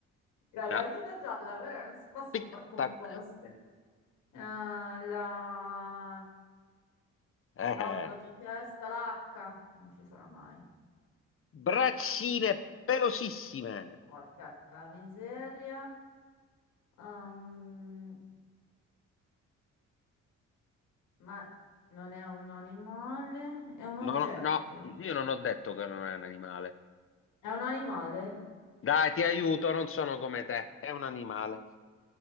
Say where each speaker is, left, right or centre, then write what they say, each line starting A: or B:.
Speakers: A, on the left; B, on the left.
A: La
B: No,
A: gallina gialla, però non si possono
B: tic-tac.
A: far composte. Eh, la...
B: Eh.
A: La O te l'ho già chiesta, la H non ci sarà mai.
B: Braccine pelosissime.
A: Porca la miseria. Ehm, ma non è un animale, è un oggetto.
B: No, no, no, io non ho detto che non è un animale.
A: È un animale?
B: Dai, ti aiuto, non sono come te. È un animale.